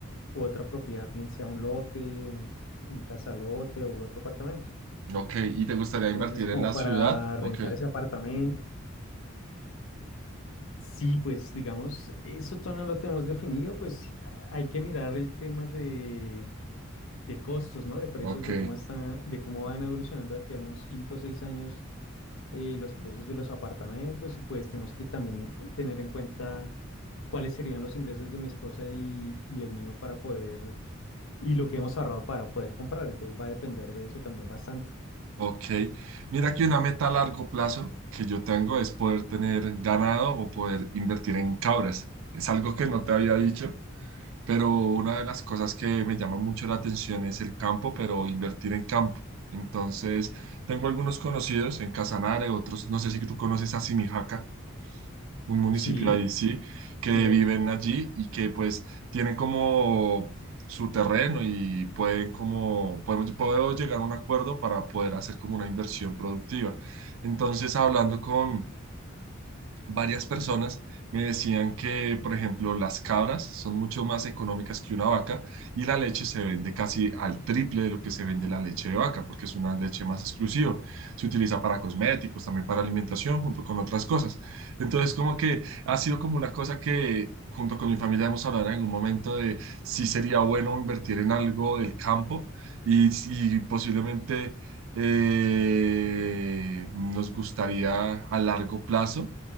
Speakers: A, on the left (about 70°); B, on the right (about 75°).
A: u otra propiedad, bien sea un lote, un, un casalote u otro apartamento.
B: Ok, ¿y te gustaría invertir
A: Entonces, como
B: en la
A: para
B: ciudad?
A: rentar
B: Ok,
A: ese apartamento. Sí, pues digamos, eso todavía no lo tenemos definido, pues sí, a- hay que mirar el tema de, de costos, ¿no? De precios,
B: ok.
A: de cómo está, de cómo van evolucionando aquí a unos 5 o 6 años eh, los precios de los apartamentos y pues tenemos que también eh, tener en cuenta cuáles serían los ingresos de mi esposa y, y el mío para poder, y lo que hemos ahorrado para poder comprar, entonces va a depender de eso también bastante.
B: Ok, mira que una meta a largo plazo que yo tengo es poder tener ganado o poder invertir en cabras. Es algo que no te había dicho, pero una de las cosas que me llama mucho la atención es el campo, pero invertir en campo. Entonces, tengo algunos conocidos en Casanare, otros, no sé si tú conoces a Simijaca, un municipio
A: Sí,
B: ahí, sí, que
A: tengo,
B: viven allí y que pues tienen como su terreno y pueden como, podemos, puedo llegar a un acuerdo para poder hacer como una inversión productiva. Entonces, hablando con, varias personas me decían que, por ejemplo, las cabras son mucho más económicas que una vaca y la leche se vende casi al triple de lo que se vende la leche de vaca, porque es una leche más exclusiva. Se utiliza para cosméticos, también para alimentación, junto con otras cosas. Entonces, como que ha sido como una cosa que... Junto con mi familia hemos hablado en algún momento de si sería bueno invertir en algo del campo y si posiblemente eh, nos gustaría a largo plazo